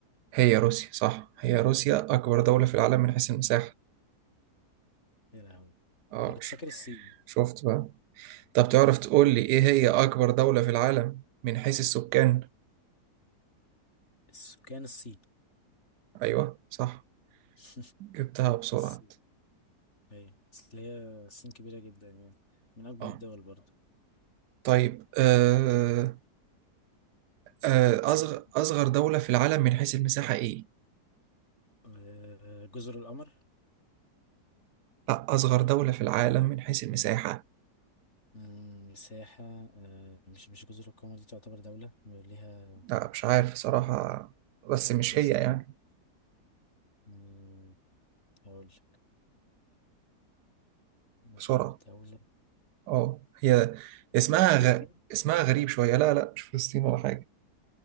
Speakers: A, on the right; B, on the left.
A: هي روسيا صح هي روسيا أكبر دولة في العالم من حيث المساحة
B: يا لهوي
A: اه
B: أنا كنت
A: ش-
B: فاكر الصين
A: شفت بقى طب تعرف تقول لي إيه هي أكبر دولة في العالم من حيث السكان
B: السكان الصين
A: أيوه صح
B: <laughs>
A: جبتها بسرعة
B: بس ايوه اصل هي الصين كبيرة جدا يعني من أكبر
A: اه
B: الدول برضه
A: طيب آه آه
B: بس
A: أصغر
B: أنا-
A: أصغر دولة في العالم من حيث المساحة إيه؟
B: آه، جزر القمر
A: لا أصغر دولة في العالم من حيث المساحة
B: مم، مساحة آه، مش مش جزر القمر دي تعتبر دولة وليها
A: لا مش عارف صراحة بس مش
B: يستنى
A: هي يعني
B: مم، هقول لك أصغر
A: بسرعة
B: دولة
A: اه هي اسمها
B: فلسطين
A: غ... اسمها غريب شوية لا لا مش فلسطين ولا حاجة